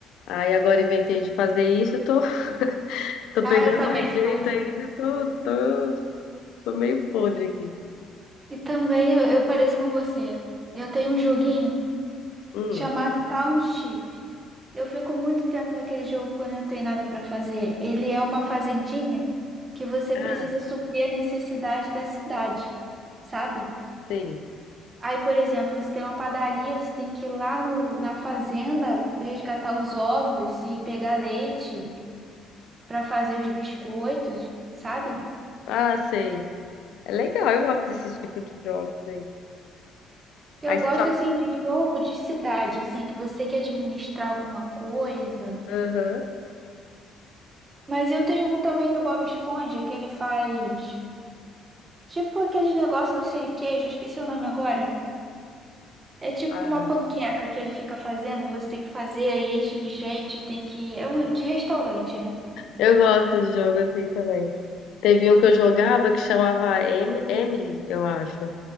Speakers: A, on the left; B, on the right.
A: Aí agora inventei de fazer isso, eu tô, <laughs> tô
B: Ah,
A: pegando
B: eu também
A: um
B: estou.
A: jeito ainda, tô, tô, tô meio podre aqui.
B: E também eu, eu pareço com você. Eu tenho um joguinho
A: Hum.
B: chamado Township. Eu fico muito tempo naquele jogo quando eu não tenho nada para fazer. Ele é uma fazendinha que você
A: Ah,
B: precisa suprir a necessidade da cidade, sabe?
A: sim.
B: Aí, por exemplo, você tem uma padaria, você tem que ir lá no, na fazenda resgatar os ovos e pegar leite para fazer os biscoitos, sabe?
A: Ah, sei. É legal, eu gosto desse tipo de jogos aí.
B: Eu
A: Aí você
B: gosto
A: joga.
B: assim de jogo de cidade, assim, que você quer administrar alguma coisa.
A: Aham.
B: Mas eu tenho um também do Bob Esponja, que ele faz tipo aqueles negócios do siriquejo, esqueci o nome agora. É tipo
A: Ah,
B: uma panqueca que ele fica fazendo, você tem que fazer aí enche de gente, tem que. É um de restaurante, né?
A: eu gosto de jogo assim também. Teve um que eu jogava que chamava Em- Emily, eu acho.